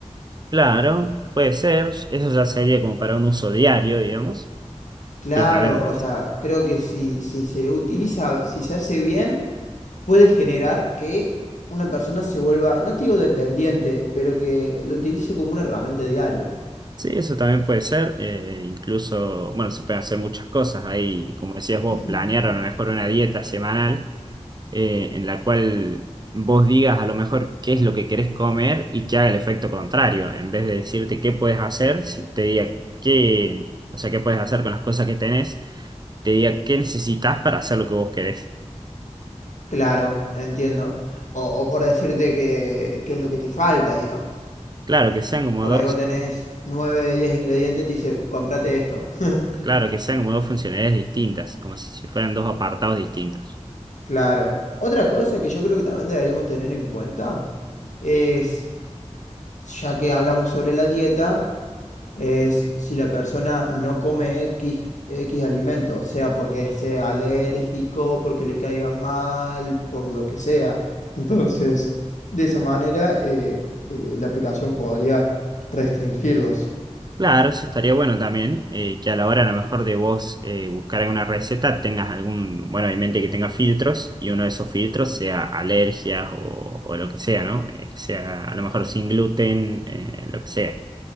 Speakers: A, on the right (about 35°); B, on the left (about 90°).
A: Claro, puede ser, eso ya sería como para un uso diario, digamos,
B: Claro,
A: que también
B: o sea, creo que si, si se utiliza, si se hace bien, puede generar que una persona se vuelva, no te digo dependiente, pero que lo utilice como una herramienta diaria.
A: Sí, eso también puede ser. eh, incluso, bueno, se pueden hacer muchas cosas ahí. Como decías vos,
B: <clears throat>
A: planear a lo mejor una dieta semanal eh, en la cual vos digas a lo mejor qué es lo que querés comer y que haga el efecto contrario. En vez de decirte qué puedes hacer, si te diga qué, o sea, qué puedes hacer con las cosas que tenés, te diga qué necesitas para hacer lo que vos querés.
B: Claro, entiendo. O, o por decirte que, que es lo que te falta, digamos.
A: Claro, que sean como
B: Por
A: dos,
B: ahí vos tenés 9 10 ingredientes y te dice, cómprate esto. <laughs>
A: claro, que sean como dos funcionalidades distintas, como si si fueran dos apartados distintos.
B: Claro. Otra cosa que yo creo que también deberíamos tener en cuenta es, ya que hablamos sobre la dieta, es si la persona no come X, X alimento, sea porque sea alérgico, porque le caiga mal, por lo que sea. Entonces, de esa manera, eh, eh, la aplicación podría restringirlos.
A: Claro, eso estaría bueno también, eh, que a la hora a lo mejor de vos eh, buscar alguna receta tengas algún, bueno, en mente que tenga filtros y uno de esos filtros sea alergias o, o lo que sea, ¿no? Eh, que sea a lo mejor sin gluten, eh, lo que sea.